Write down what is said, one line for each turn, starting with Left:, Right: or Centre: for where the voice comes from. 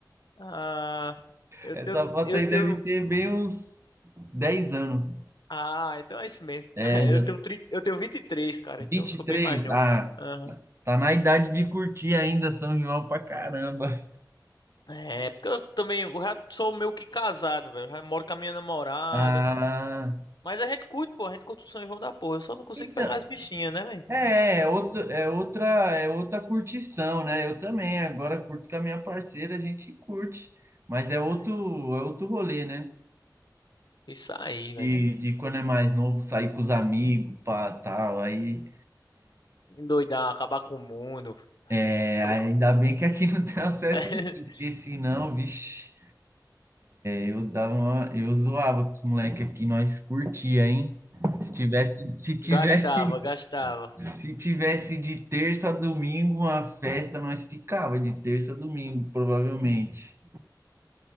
Left: Ah, eu
Right: Essa
Left: tenho,
Right: foto
Left: eu
Right: aí
Left: tenho.
Right: deve ter bem uns 10 anos.
Left: Ah, então é isso mesmo.
Right: É,
Left: <laughs> Eu
Right: já
Left: tenho, 30, eu tenho vinte e três cara.
Right: vinte
Left: Então eu sou
Right: e três
Left: bem mais novo.
Right: Ah,
Left: Ah.
Right: tá na idade de curtir ainda São João pra caramba.
Left: É, porque eu também, eu já sou meio que casado, velho. Já moro com a minha namorada.
Right: Ah,
Left: Mas a gente curte, pô, a gente curte o São João da porra. Eu só não consigo
Right: então,
Left: pegar as bichinhas, né, velho?
Right: é, é, outro, é outra, é outra curtição, né? Eu também, agora curto com a minha parceira, a gente curte, mas é
Left: É,
Right: outro, é outro rolê, né?
Left: isso aí, velho.
Right: De, de quando é mais novo, sair com os amigos, pá, tal, aí,
Left: Endoidar, acabar com o mundo.
Right: é,
Left: Acaba-
Right: ainda bem que aqui <laughs> não tem as festas
Left: <laughs>
Right: assim, porque senão, vixe. Eu dava uma- eu zoava com os moleques aqui, nós curtia, hein? Se tivesse, se tivesse,
Left: Gastava, gastava
Right: se tivesse de terça a domingo uma festa, nós ficava de terça a domingo, provavelmente.